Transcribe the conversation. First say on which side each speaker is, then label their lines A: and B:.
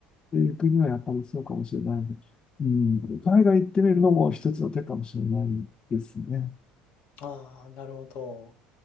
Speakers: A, on the left; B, on the left.
A: ていう国はやっぱりそうかもしれない。うん。海外行ってみるのも一つの手かもしれないですね。
B: うん。ああ、なるほど。